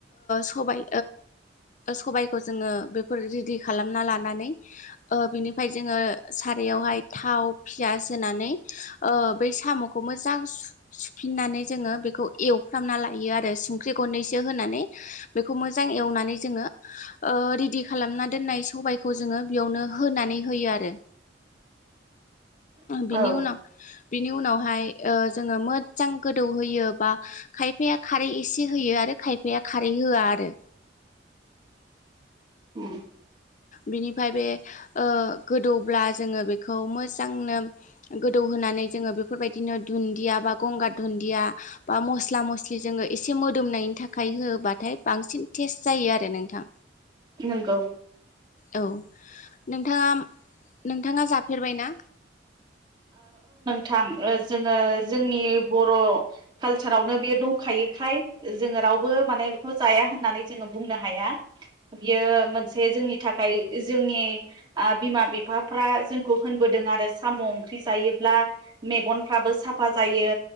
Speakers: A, on the left (about 45°); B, on the right (about 25°).
A: सबाय सबायखौ जोङो बेफोरदि खालामना लानानै बेनिफ्राय जोङो सारयावहाय थाव फियास होनानै बै साम'खौ मोजां सुफिननानै जोङो बेखौ एवफ्रामना ला आरो संख्रि गरनैसो होनानै बेखौ मोजां एवनानै जोङो रेडि खालाम खालामामना दोन्नाय सबायखौ जोङो बेयावनो होनानै होयो आरो
B: <inaudible>
A: बिनि
B: औ
A: उ न बिनि उनावहाय जोङो मोजां गोदौहोयो बा खायफाया खारै एसे होयो आरो खायफाया खारै होआ आरो
B: उम
A: बिनिफ्राय बे गोदौब्ला जोङो बेखौ मोजांनो गोदौ हो बेफोरबायदिनो द ब ग दया बा म मसे <inaudible> मोदोमनायनि थाखाय होब्लाथाय बांसिन टेस्ट जायो आरो नोंथां।
B: नंगौ।
A: औ नोंथाङा नोंथाङा जाफेरबाय ना
B: थां जोङो जोंनि बर' कालसारावनो बियो दंखायोखाय जोङो रावबो माने बेखौ जाया होननानै जोङो बुंनो हाया बियो मोनसे जोंनि थाखाय जोंनि बिमा बिफाफ्रा जोंखौ होनबोदों आरो साम' जायोब्ला मेगफ्राबो साफा जायो